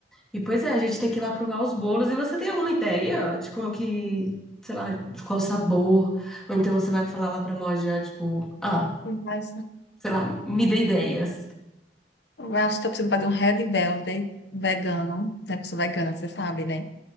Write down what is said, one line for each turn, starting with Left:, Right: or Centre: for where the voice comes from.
Centre: E pois é, a gente tem que ir lá provar os bolos. E você tem alguma ideia de como que, sei lá, de qual sabor? Ou então você vai falar lá pra loja, tipo, ah,
Left: Mas
Centre: sei lá, me dê ideias.
Left: eu acho que tô precisando fazer um Red Velvet vegano, né? Pessoa vegana, você sabe, né?